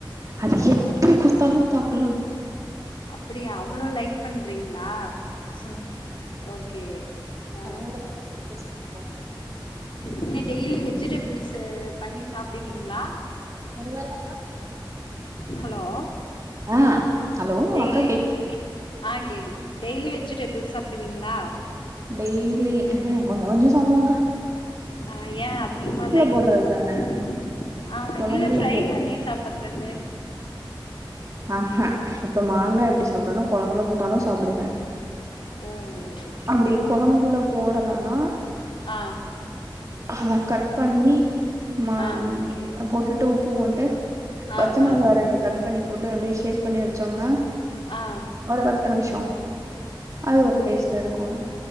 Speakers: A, on the right; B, on the left.
A: அது எப்டி குடுத்தாலு தாப்புலாம்
B: அப்டியா அவ்ளோ லைக் பண்றீங்களா சோ ஓகே ஆ
A: கொழந்த <unintelligible>
B: என்ன டெய்லி வெஜிடபிள்ஸ் பண்ணி சாப்பிடுவீங்களா
A: <unintelligible>
B: ஹலோ அ
A: ஆ ஹலோ
B: டெய்லி
A: அக்கா
B: கேக்குதா ஆ கேக்குது டெய்லி வெஜிடேபிள்ஸ் சாப்டுவீங்களா
A: டெய்லி கொஞ்ச கொஞ்ச சாப்பிடுவேக்கா
B: ஆ ஏ அதிகமா லைக்
A: போடுறது
B: பண்ண மாட்டிங்களா
A: தான
B: ஆ
A: கொழம்புல
B: இல்ல ஃப்ரை பண்ணி சாப்டுறது
A: ஆ ஹ இப்ப மாங்காய் எப்டி சாப்பிடு வேணா கொழம்புல போட்டாலு சாப்பிடுவே
B: ஓ ஓகே
A: அப்டி கொழம்புல போடலனா
B: ஆ
A: அத கட் பண்ணி மா
B: ஆ ஓகே
A: போட்டுட்டு உப்பு போட்டு
B: ஆ
A: பச்ச மொளகா
B: ஆ
A: ரெண்டு கட் பண்ணி போட்டு அப்டியே ஷேக் பண்ணி வச்சோம்னா
B: ஆ
A: ஒரு பத்து நிமிஷோ அது ஒரு டேஸ்டா இருக்கு